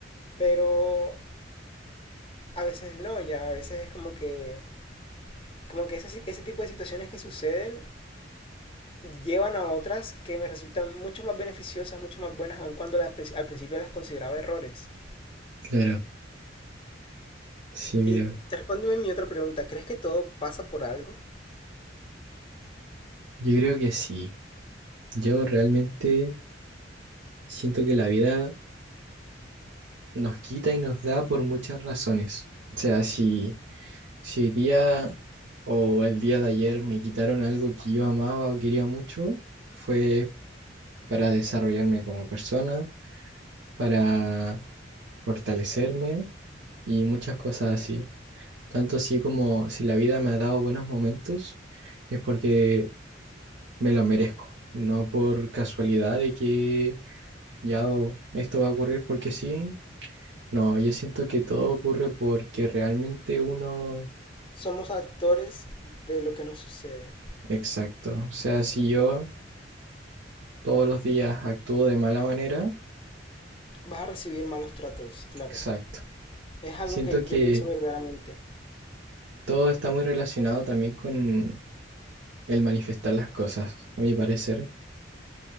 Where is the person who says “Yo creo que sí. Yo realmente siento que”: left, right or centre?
Right